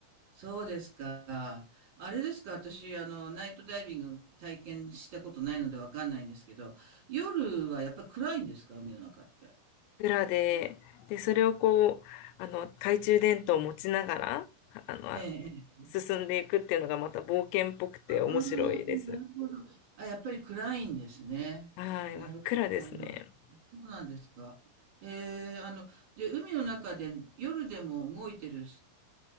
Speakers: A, on the right; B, on the left.
A: そうですか。あれですか、私、あの、ナイトダイビング体験したことないのでわかんないんですけど、夜はやっぱり暗いんですか、海の中って。
B: 裏で、で、それをこう、あの、懐中電灯を持ちながら、ああの、
A: ええ、え
B: 進んでいくっていうのがまた冒険っぽくて面白いです。
A: ああ、なるほど。あ、やっぱり暗いんですね。
B: はい、
A: なるほど、
B: 真っ暗ですね。
A: なるほど。あそうなんですか。えーあの、で、海の中で夜でも動いてる